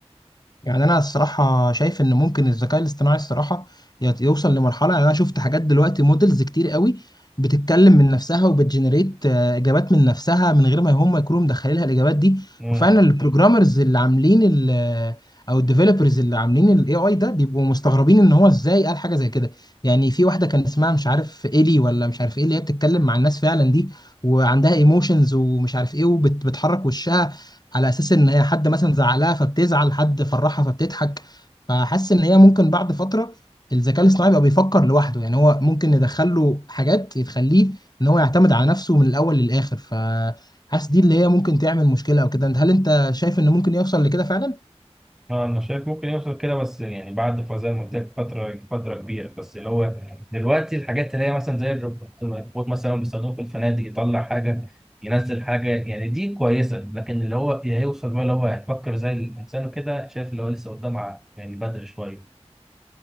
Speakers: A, on the left; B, in the centre.
A: يعني انا الصراحه شايف ان ممكن الذكاء الاصطناعي الصراحه يت- يوصل لمرحله يعني انا شفت حاجات دلوقتي مودلز كتير قوي بتتكلم من نفسها وبتجنريت آه، اجابات من نفسها من غير ما هم يكونوا مدخلينها الاجابات دي
B: مم.
A: وفعلا البروجرامرز اللي عاملين ال آه، او الديفلوبرز اللي عاملين الاي اي ده بيبقوا مستغربين ان هو ازاي قال حاجه زي كده يعني في واحده كان اسمها مش عارف ايلي ولا مش عارف ايه اللي هي بتتكلم مع الناس فعلا دي وعندها ايموشنز ومش عارف ايه وبتحرك وشها على اساس ان هي حد مثلا زعلها فبتزعل حد فرحها فبتضحك فحاسس ان هي ممكن بعد فتره الذكاء الاصطناعي بقى بيفكر لوحده يعني هو ممكن ندخل له حاجات تخليه ان هو يعتمد على نفسه من الاول للاخر فحاسس دي اللي هي ممكن تعمل مشكله او كده هل انت شايف ان ممكن يوصل لكده فعلا
B: اه انا شايف ممكن يوصل كده بس يعني بعد ف- زي ما قلت لك فتره فتره كبيره بس اللي هو دلوقتي الحاجات اللي هي مثلا زي الروبوت الروبوت مثلا بيستخدموه في الفنادق يطلع حاجه ينزل حاجه يعني دي كويسه لكن اللي هو هيوصل بقى اللي هو هيفكر زي الانسان وكده شايف اللي هو لسه قدام ع- يعني بدري شويه